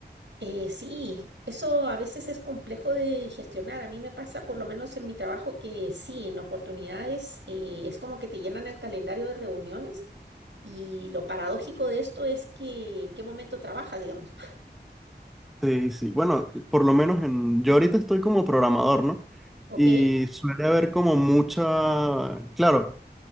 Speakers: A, on the right; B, in the centre.
A: Eh, sí, eso a veces es complejo de gestionar. A mí me pasa, por lo menos en mi trabajo, que sí, en oportunidades eh, es como que te llenan el calendario de reuniones y lo paradójico de esto es que en qué momento trabajas, digamos.
B: Sí, sí. Bueno, por lo menos en, yo ahorita estoy como programador, ¿no?
A: <laughs>
B: Y
A: ¿Ok?
B: suele haber como mucha, claro,